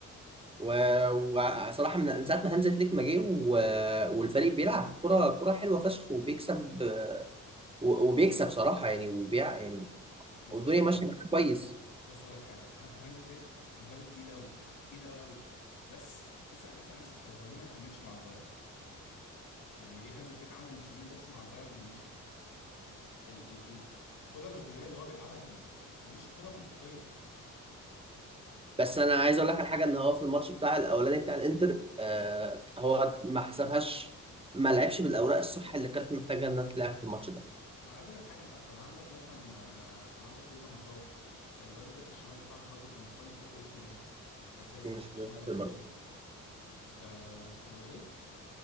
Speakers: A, on the right; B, on the left.
A: و... وصراحة من من ساعة ما هانز فليك ما جه و... والفريق بيلعب كرة كرة حلوة فشخ وبيكسب آه، و... وبيكسب صراحة يعني وبيع يعني
B: بص
A: والدنيا
B: هقول لك
A: ماشية
B: حاجه
A: معاه كويس
B: بص هقول لك حاجه ه- هانز فليك مدرب تقيل قوي تقيل قوي قوي بس تسال اسال نفسك سؤال هو ليه ما كملش مع البايرن يعني ليه هانز فليك عمل موسمين بس مع البايرن ومشي ال ال ال- الكره الهجوميه اللي هو بيلعبها دي مش كره منطقيه
A: بس انا عايز اقول لك على حاجه ان هو في الماتش بتاع الاولاني بتاع الانتر آه هو ما حسبهاش ما لعبش بالاوراق الصح اللي كانت محتاجه انها تلعب في الماتش ده
B: ما عايز اقول لك حاجه انت كان عندك مثلا آه، كان عندك ليفا مصاب الواد الباك الشمال بتاعكم برضه كان مصاب مش فاكر اسمه ايه الاساسي
A: مش
B: الباك
A: فاكر
B: الشمال الاساسي
A: برضه
B: آه اسمه ايه